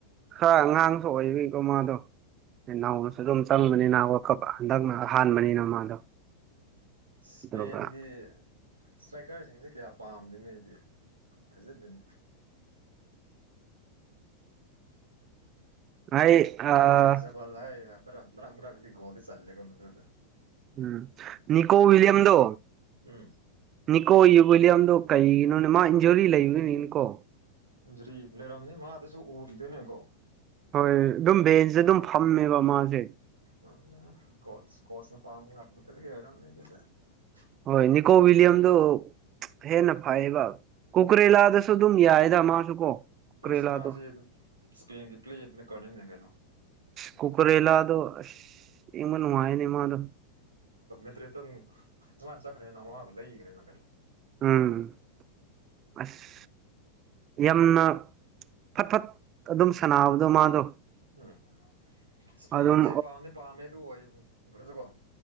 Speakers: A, on the right; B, on the right.
A: ꯈꯔ ꯑꯉꯥꯡꯁꯨ ꯑꯣꯏꯔꯤꯀꯣ ꯃꯥꯗꯣ ꯅꯧꯅꯁꯨ ꯑꯗꯨꯝ ꯆꯪꯕꯅꯤꯅ ꯋꯥꯀꯞ ꯍꯟꯗꯛꯅ ꯍꯥꯟꯕꯅꯤꯅ ꯃꯥꯗꯣ
B: ꯏꯁꯄꯦꯟꯒꯤ
A: ꯇꯧꯕ꯭ꯔꯥ
B: ꯏꯁꯇ꯭ꯔꯥꯏꯀꯔꯁꯤꯡꯁꯦ ꯀꯌꯥ ꯄꯥꯝꯗꯅ ꯑꯩꯗꯤ ꯊꯥꯖꯗꯅꯤ
A: ꯑꯩ ꯑꯥ
B: ꯍꯔ ꯆꯕꯜ ꯍꯥꯏꯕ꯭ꯔꯔ ꯑꯃꯔꯒꯗꯤꯒꯣꯜꯗꯤ ꯆꯜꯂꯦꯒꯣꯗꯨꯗ
A: ꯎꯝ ꯅꯅꯤꯀꯣ ꯋꯂꯤꯌꯝꯗꯣ
B: ꯎꯝ
A: ꯅꯅꯤꯀꯣ ꯌ ꯋꯤꯂꯤꯌꯝꯗꯣ ꯀꯩꯒꯤꯅꯣꯅꯦ ꯃꯥ ꯏꯟꯖꯣꯔꯤ ꯂꯩꯕꯅꯤꯅꯤꯀꯣ
B: ꯖꯔꯤ ꯂꯩꯔꯝꯅꯤ ꯃꯥꯗꯁꯨ ꯎꯔꯗꯅꯦ ꯀꯣ
A: ꯍꯣꯏ ꯑꯗꯨꯝ ꯕꯦꯟꯁꯇ ꯑꯗꯨꯝ ꯐꯝꯃꯦꯕ ꯃꯥꯁꯦ
B: ꯑꯆꯅ ꯄꯥꯎ ꯀꯔꯃꯇ ꯀꯦꯔꯗꯦ
A: ꯍꯣꯏ ꯅꯤꯀꯣ ꯋꯂꯤꯌꯝꯗ ꯍꯦꯟꯅ ꯐꯩꯌꯦꯕ ꯀꯣꯀ꯭ꯔꯦꯂꯥꯗꯁꯨ ꯑꯗꯨꯝ ꯌꯥꯏꯗ ꯃꯥꯁꯨ ꯀꯣ ꯀꯨꯀꯔꯦꯂꯥꯗꯣ
B: ꯑꯁ ꯃꯥꯁꯦ ꯏꯁꯄꯦꯟꯒꯤ ꯄ꯭ꯂꯦꯠꯅ ꯀꯧꯅꯅꯦ ꯀꯩꯅꯣ
A: ꯀꯨꯀꯔꯦꯂꯗꯣ ꯏꯃꯅ ꯋꯥꯥꯏꯅꯦ ꯃꯥꯗ
B: ꯦꯇ꯭ꯔꯦꯠꯇ ꯃꯉꯅ ꯆꯠꯈ꯭ꯔꯦꯅ ꯃꯕꯨ ꯂꯩꯈ꯭ꯔꯦꯅ ꯀꯩꯅꯣ
A: ꯎꯝ ꯑꯁ ꯌꯥꯝꯅ ꯐꯠ ꯐꯠ ꯑꯗꯨꯝ ꯁꯥꯟꯅꯥꯅꯕꯗꯣ ꯃꯥꯗꯣ
B: ꯎꯝ ꯏꯁꯄꯦꯟꯁꯦ
A: ꯑꯗꯨꯝ
B: ꯄꯥꯝꯗꯤ ꯄꯥꯝꯃꯦ ꯑꯗꯨ ꯑꯣꯏꯈ꯭ꯔꯁꯨꯀꯣ